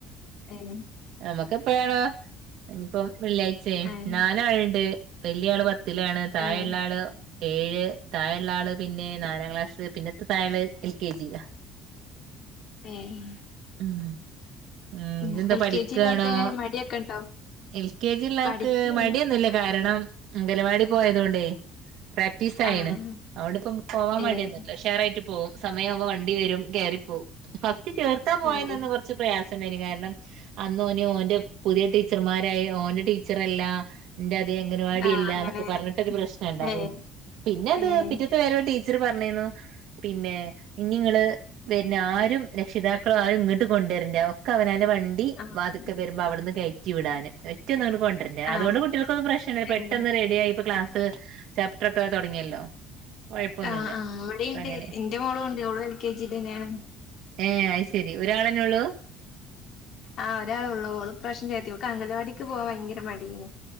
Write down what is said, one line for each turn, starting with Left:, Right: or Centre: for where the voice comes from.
Left: എങ്ങനെ
Right: നമ്മക്കെപ്പഴാണോ ഇനിയിപ്പോം വെള്ളിയാഴ്ച്ചെ
Left: ഏഹ്
Right: നാലാള്ണ്ട്. വലിയ ആള് പത്തിലാണ് താഴെയുള്ള
Left: ഏഹ്
Right: ആള് ഏഴ് താഴെയുള്ള ആള് പിന്നെ നാലാം ക്ലാസ് പിന്നെ താഴെള്ളത് എൽ കെ ജി ലാണ്
Left: ഏഹ്
Right: ആഹ്, ആഹ്
Left: ഉം
Right: ഇജ് എന്താ
Left: എൽ
Right: പഠിക്കാണോ?
Left: കെ ജിയിലെ ആൾക്ക് എങ്ങനെ മടിയൊക്കെ ഉണ്ടോ
Right: എൽ കെ ജി ഇള്ള
Left: പഠിക്കേനി
Right: ആൾക്ക് മടിയൊന്നുല്ല കാരണം അംഗൻവാടി പോയതുകൊണ്ടേ. പ്രാക്റ്റീസ് ആയിണ്,
Left: ആഹ്
Right: അതുകൊണ്ട് ഇപ്പം പോവാൻ മടിയൊന്നുല്ല.
Left: ഏഹ്
Right: ഉ ശാറായിട്ട് പോവും. സമയാവുമ്പോ വണ്ടി വരും കയറി പോവും. ഫസ്റ്റ് ചേർത്താൻ പോയേനെ
Left: ഏഹ്
Right: അന്ന് കൊർ ച്ച് പ്രയാസണ്ടായിന് കാരണം അന്ന് ഓന് ഓന്റെ പുതിയ ടീച്ചർമാരായി ഓന്റെ ടീച്ചറല്ല ഇന്റെ അതേ അങ്ങൻവാടിയല്ലാ
Left: ആഹ് അങ്ങനെ
Right: എന്നൊക്കെ പറഞ്ഞിട്ടൊരു പ്രശ്നം ഇണ്ടായിനി.
Left: ഏഹ്
Right: പിന്നെ അത്
Left: ഏഹ്
Right: പിറ്റേത്തെ വരവ് ടീ ച്ചർ പറഞ്ഞേന്നു പിന്നെ ഇഞ്ഞ് ഇങ്ങള് വരുന്ന ആരും രക്ഷിതാ ക്കൾ ആരും ഇങ്ങട്ട് കൊണ്ടുവരണ്ട ഒക്ക അവനാന്റെ വൺ ണ്ടി
Left: ആഹ്
Right: വാതുക്കെ വരുമ്പോ അവിടുന്ന് കയറ്റി വിടാന് ഒറ്റന്നും ഇങ്ങട്ട് കൊണ്ടര ണ്ടാ
Left: ആഹ്
Right: അതുകൊണ്ട് കുട്ട്യാൾക്കൊന്നും പ്രശ്നല്ല. പെ
Left: ഏഹ്
Right: ട്ടെന്ന് റെഡി ആയി. ഇപ്പോ ക്ലാസ് ചാപ്റ്റർ ഒക്കെ തുടങ്ങിയല്ലോ കൊഴപ്പൊന്നുല്ല
Left: ആഹ്, ആഹ് ഇവിടേ ഇണ്ട്
Right: അങ്ങനെ
Left: എന്റെ മോളും ഉണ്ട്, ഓളും എൽ കെ ജിൽ തന്നെയാണ്.
Right: ഏഹ് അയ് ശരി ഒരാളന്നെ ഉള്ളൂ.
Left: ആഹ്, ഒരാള് ഒള്ളൂ, ഓള് ഇപ്രാവശ്യം ചേർത്തി ഓൾക്ക്‌ അംഗലവാടിക്ക് പോവാൻ ഭയങ്കര മടിയേനി.